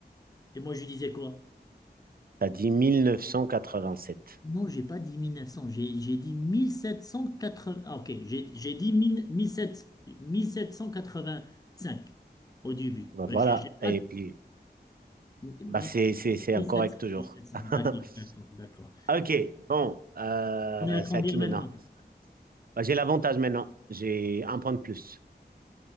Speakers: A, on the left; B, on the right.
A: Et moi, je disais quoi?
B: T'as dit 1987.
A: Non, j'ai pas dit 1900, j'ai j'ai dit 1780... Ah, ok, j'ai j'ai dit 1000 1700 1785 au début.
B: Bah,
A: Ouais,
B: voilà.
A: J'ai j'ai pas
B: Et puis.
A: dit...
B: Bah, c'est, c'est, c'est
A: 1700,
B: incorrect toujours.
A: 1700,
B: <laughs>
A: d'accord, d'accord, d'accord.
B: Ok, bon, euh,
A: On est à combien
B: c'est à qui
A: maintenant?
B: maintenant? Bah, j'ai l'avantage maintenant. J'ai un point de plus.